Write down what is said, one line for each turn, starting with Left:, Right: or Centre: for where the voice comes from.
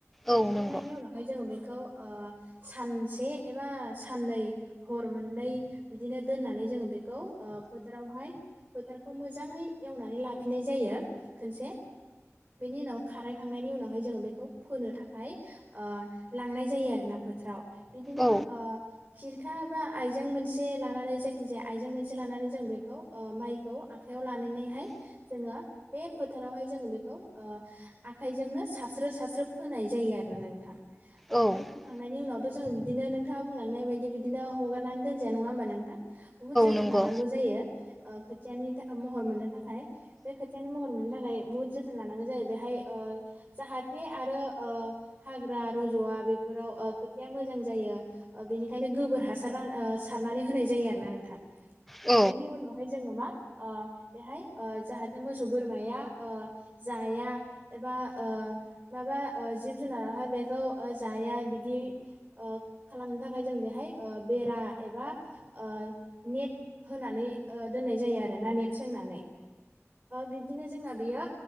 Right: खोबखांनायनि
Centre: औ नंगौ
Right: उनावहाय जोङो बे बेखौ सानसे एबा साननै हर मोननै बिदिनो दोननानै जोङो बेखौ फोथारावहाय फोथारखौ मोजाङै एवनानै लाफिनाय जायो खनसे बेनि उनाव खारायखांनायनि उनावहाय जोङो बेखौ फोनो थाखाय ओ लांनाय जायो आरोना फोथाराव बिदिनो
Centre: औ
Right: ओ खिरखा बा आइजें मोनसे लानानै जायखि जाया आइजें मोनसे लानानै जों बेखौ माइखौ आखाइयाव लानानैहाय जोङो बे फोथारावहाय जोङो बेखौ आखायजोंनो सारस्रो सारस्रो फोनाय जायो आरो ना नोंथां ओमफ्राय
Centre: औ
Right: फोखांनायनि उनाव जों बिदिनो नोंथाङा बुंलांनाय बायदि बिदिनो हगारनानै दोनजाया नङा होमबा नोंथा बुहुत जोथोन
Centre: नंगौ
Right: लानांगौ जायो ओ खोथियानि महर मोननो थाखाय बे खोथियानि महर मोननो थाखाय बुहुत जोथोन लानांगौ जायो बेहाय जाहाथे आरो ओ हाग्रा रज'वा बेफोराव खोथिया मोजां जायो बेनिखायनो ओ गोबोर हासार सारनानै होनाय जायो आरो ना नोंथां
Centre: औ
Right: बेनि उनावहाय जोङो मा ओ बेहाय जाहाथे मोसौ बोरमाया ओ जाया एबा ओ माबा ओ जिब जुनारावहाय बेखौ जाया बिदि ओ खालामनो थाखाय जों बेहाय बेरा एबा ओ नेट होनानै ओ दोननाय जायो आरोना नेट सोंनानै बिदिनो जोंना बेयो